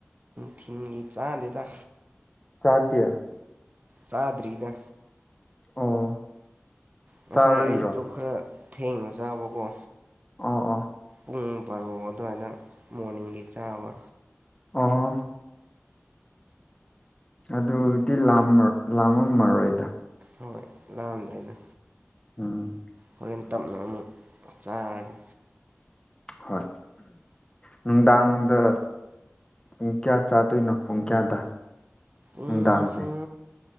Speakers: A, on the right (about 35°); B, on the left (about 20°).
A: ꯊꯤꯤꯡꯒꯤ ꯆꯥꯗꯗꯥ
B: ꯆꯗ
A: ꯆꯥꯗ꯭ꯔꯤꯗ
B: ꯑꯣ
A: ꯉꯁꯥꯏ
B: ꯆꯥꯔꯣꯏꯗ꯭ꯔꯣ
A: ꯑꯌꯨꯛꯇꯨ ꯈꯔ ꯊꯦꯡꯅ ꯆꯥꯎꯕꯀꯣ
B: ꯑꯥ ꯑꯥ
A: ꯄꯨꯡ ꯕꯥꯔꯣ ꯑꯗꯨꯋꯥꯏꯗ ꯃꯣꯔꯅꯤꯡꯒꯤ ꯆꯥꯕ
B: ꯑꯣ ꯑꯗꯨꯗꯤ ꯂꯥ ꯂꯥꯝꯃꯝꯃꯔꯣꯏꯗ
A: ꯍꯣꯏ ꯂꯥꯛꯑꯝꯗ꯭ꯔꯦꯅ
B: ꯎꯝ
A: ꯍꯣꯔꯦꯟ ꯇꯞꯅ ꯑꯃꯨꯛ ꯆꯥꯔꯒꯦ
B: ꯍꯣꯏ ꯅꯨꯡꯗꯥꯡꯗ ꯄꯨꯡ ꯀꯌꯥ ꯆꯥꯗꯣꯏꯅꯣ ꯄꯨꯡ ꯀꯌꯥꯗ
A: ꯎꯝ
B: ꯅꯨꯡꯗꯥꯡꯁꯦ
A: ꯁꯤ